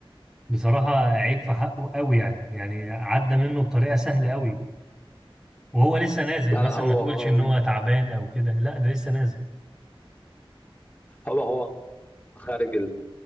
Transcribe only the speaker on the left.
لا
لا هو
هو
هو هو خارج